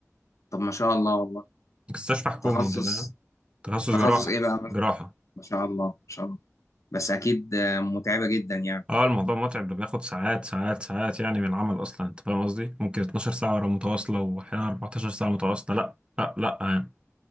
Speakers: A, on the left; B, on the right.
A: طب ما شاء الله والله
B: مستشفى حكومي
A: تخصص
B: انت فاهم تخصص جراحة
A: تخصص إيه بقى مثلا؟
B: جراحة
A: ما شاء الله ما شاء الله بس أكيد آه متعبة جدا يعني
B: اه الموضوع متعب ده بياخد ساعات ساعات ساعات يعني من العمل اصلا انت فاهم قصدي ممكن 12 ساعة متواصلة واحيانا 14 ساعة متواصلة لا لا لا آه.